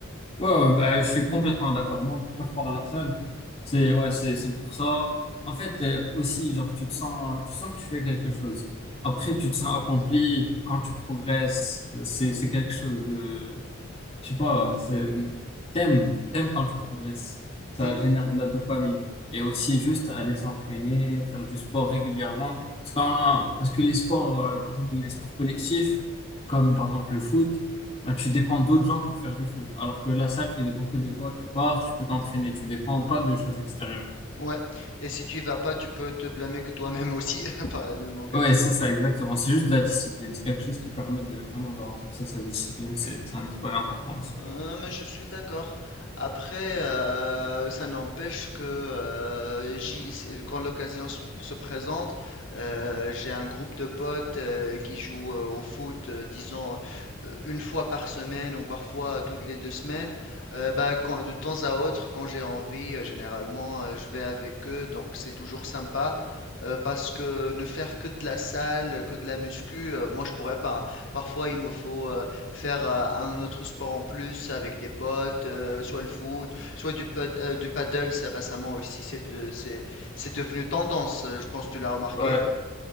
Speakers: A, on the left (about 30°); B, on the left (about 65°).
A: Ouais, ouais, euh, je suis complètement d'accord. Moi, pourquoi je pars à la salle? C'est ouais, c'est c'est pour ça. En fait, euh, aussi, genre, tu te sens, tu sens que tu fais quelque chose. Après, tu te sens accompli quand tu progresses. Euh, C'est c'est quelque chose de je sais pas, c'est, t'aimes, t'aimes quand tu progresses. Ça
B: Mm,
A: génère de la dopamine. Et aussi juste aller s'entraîner, faire du sport régulièrement. Parce que, parce que les sports, euh, par exemple, les sports collectifs, comme par exemple le foot, bah, tu dépends d'autres gens pour faire du foot. Alors que la salle, tu dépends que de toi. Tu pars, tu peux t'entraîner. Tu dépends pas de choses extérieures.
B: ouais. Et si tu y vas pas, tu peux te blâmer que toi-même aussi <laughs> par la même occasion.
A: Ouais, c'est ça, exactement. C'est juste de la discipline. C'est quelque chose qui permet de vraiment de renforcer sa discipline. C'est c'est un aspect important aussi.
B: Euh, mais je suis d'accord. Après, euh, ça n'empêche que euh, j'y- c'est- quand l'occasion se se présente, euh, j'ai un groupe de potes euh, qui jouent euh, au foot, euh, disons, euh, une fois par semaine ou parfois toutes les deux semaines. Euh, bah, quand- de temps à autre, quand j'ai envie, euh, généralement, euh, je vais avec eux. Donc, c'est toujours sympa euh, parce que ne faire que de la salle, que de la muscu, euh, moi, je pourrais pas. hein. Parfois, il me faut... euh, Faire, euh, un autre sport en plus avec des potes, euh, soit le foot, soit du, pad- euh, du paddle, c'est récemment aussi, c'est de- c'est, c'est devenu tendance, euh, je pense que tu l'as remarqué.
A: Ouais.